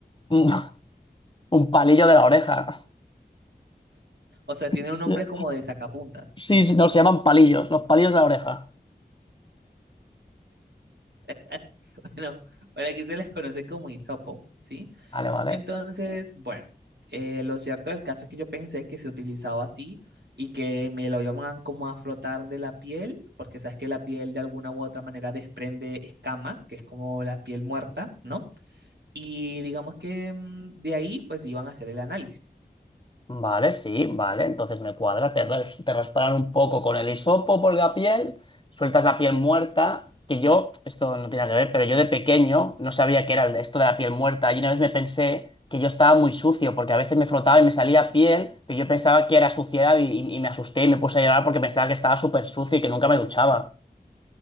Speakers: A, on the left; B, on the right.
A: Un, <laughs> un palillo de la oreja.
B: O sea, tiene
A: <laughs>
B: un nombre como de sacapuntas,
A: Sí,
B: ¿sí?
A: sí, sí, no, se llaman palillos, los palillos de la oreja.
B: <laughs> Bueno, por aquí se les conoce como hisopo, ¿sí?
A: Vale, vale.
B: Entonces, bueno, eh, lo cierto del caso es que yo pensé que se utilizaba así y que me lo iban como a flotar de la piel, porque sabes que la piel de alguna u otra manera desprende escamas, que es como la piel muerta, ¿no? Y digamos que mm, de ahí pues iban a hacer el análisis.
A: Vale, sí, vale. Entonces me cuadra. Te, ras- te rasparan un poco con el hisopo por la piel, sueltas la piel muerta. Que yo, esto no tiene nada que ver, pero yo de pequeño no sabía qué era el- esto de la piel muerta. Y una vez me pensé que yo estaba muy sucio, porque a veces me frotaba y me salía piel, pero yo pensaba que era suciedad y, y- y me asusté y me puse a llorar porque pensaba que estaba súper sucio y que nunca me duchaba.